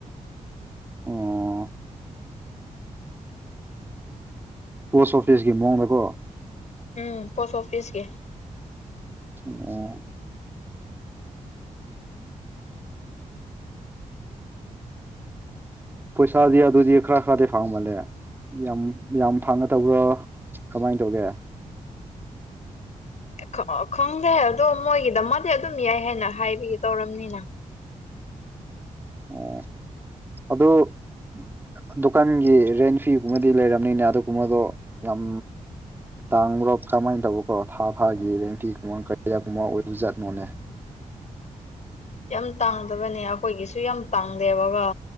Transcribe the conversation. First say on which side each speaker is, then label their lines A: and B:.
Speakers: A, on the right; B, on the left.
A: ꯑꯣ ꯄꯣꯁ ꯑꯣꯐꯤꯁꯀꯤ ꯃꯑꯣꯡꯗꯥꯀꯣ
B: ꯎꯝ ꯄꯣꯁ ꯑꯣꯐꯤꯁꯀꯤ
A: ꯑꯣ
B: <inaudible>
A: ꯄꯩꯁꯥꯗꯤ ꯑꯗꯨꯗꯤ ꯈꯔ ꯈꯔꯗꯤ ꯐꯪꯃꯜꯂꯦ ꯌꯥꯝ ꯌꯥꯝ ꯐꯪꯒꯗꯧꯕ꯭ꯔꯣ ꯀꯃꯥꯏ ꯇꯧꯒꯦ
B: ꯑꯦ ꯈꯥꯛ ꯑꯥ ꯈꯪꯗꯦ ꯑꯗꯣ ꯃꯣꯏꯒꯤꯗꯃꯛꯇꯤ ꯑꯗꯨꯝ ꯌꯥꯏ ꯍꯥꯏꯅ ꯍꯥꯏꯕꯤꯒꯦ ꯇꯧꯔꯝꯅꯤꯅ
A: ꯑꯣ ꯑꯗꯣ ꯗꯨꯀꯥꯟꯒꯤ ꯔꯦꯟ ꯐꯤꯒꯨꯝꯕꯗꯤ ꯂꯩꯔꯝꯅꯤꯅ ꯑꯗꯨꯒꯨꯝꯕꯗꯣ ꯌꯥꯝ ꯇꯥꯡꯕ꯭ꯔꯣ ꯀꯃꯥꯏꯟ ꯇꯧꯕꯀꯣ ꯊꯥ ꯊꯥꯒꯤ ꯔꯦꯟ ꯐꯤ ꯑꯦꯃꯥꯎꯇ ꯀꯌꯥꯒꯨꯝꯕ ꯑꯣꯏꯔꯖꯥꯠꯅꯣꯅꯦ
B: ꯌꯥꯝ ꯇꯥꯡꯗꯕꯅꯦ ꯑꯩꯈꯣꯏꯒꯤꯁꯨ ꯌꯥꯝ ꯇꯥꯡꯗꯦꯕꯀꯣ